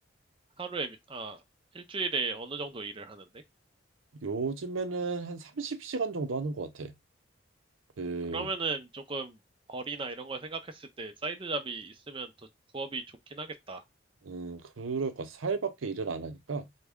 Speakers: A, on the right; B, on the right.
A: 하루에, 미- 아, 일주일에 어느 정도 일을 하는데?
B: 요즘에는 한 30시간 정도 하는 것 같아. 그,
A: 그러면은 조금 벌이나 이런 걸 생각했을 때 사이드 잡이 있으면 더 부업이 좋긴 하겠다.
B: 음, 그럴 것 같아. 4일밖에 일을 안 하니까